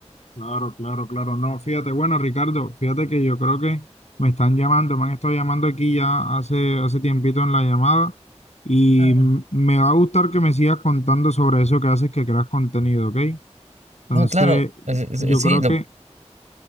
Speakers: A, on the left (about 70°); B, on the right (about 85°).
A: Claro, claro, claro. No, fíjate, bueno, Ricardo, fíjate que yo creo que me están llamando, me han estado llamando aquí ya hace, hace tiempito en la llamada y
B: Ah.
A: m- me va a gustar que me sigas contando sobre eso que haces, que creas contenido, ¿ok? Entonces,
B: No, claro, eh,
A: yo
B: eh, sí,
A: creo
B: lo-
A: que,